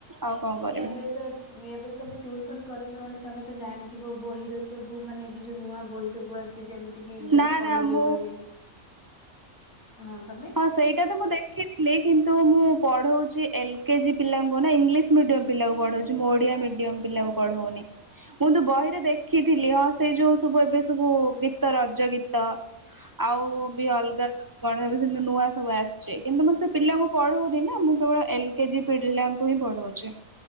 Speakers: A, on the right; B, on the left.
A: ଆଉ କଣ କରିବି?
B: ଏବେ ତ ଏବେ ତମେ ଟ୍ୟୁସନ କରୁଛ ମାନେ ତମେ ତ ଜାଣିଥିବ ବହିର ସବୁ ମାନେ ଏବେ ଯୋଉ ନୂଆ ବହିସ ସବୁ ଆସିଛି ଯେମିତି କି ଇଂଲିଶ
A: ନା
B: ପଲ
A: ନା
B: ବି
A: ମୁଁ
B: ବହିରେ ହଁ ତମେ
A: ହଁ ସେଇଟା ତ ମୁଁ ଦେଖିଥିଲି କିନ୍ତୁ ମୁଁ ପଢଉଛି ଏଲ କେଜି ପିଲାଙ୍କୁ ନା ଇଂଲିଶ ମିଡିୟମ୍ ପିଲାକୁ ପଢଉଛି ମୁଁ ଓଡିଆ ମିଡିୟମ ପିଲାକୁ ପଢଉନି ମୁଁ ତୁ ବହିରେ ଦେଖିଥିଲି ହଁ ସେଇ ଯୋଉ ସବୁ ଏବେ ସବୁ ଗୀତ ରଜ ଗୀତ
B: ହଁ
A: ଆଉ ବି ଅଲଗା କଣ ନୂଆ ସବୁ ଆସିଛି କିନ୍ତୁ ମୁଁ ସେ ପିଲାଙ୍କୁ ପଢଉନି ନା ମୁଁ କେବଳ ଏଲ କେ ଜି ପିଲାଙ୍କୁ ହିଁ ପଢଉଛି